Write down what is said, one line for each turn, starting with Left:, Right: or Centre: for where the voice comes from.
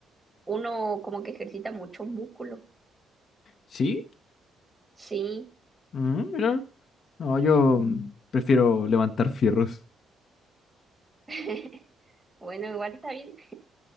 Right: uno como que ejercita muchos músculos.
Left: ¿Sí?
Right: Sí,
Left: Mm, mira. No, yo mm, prefiero levantar fierros.
Right: <laughs> bueno, igual está bien.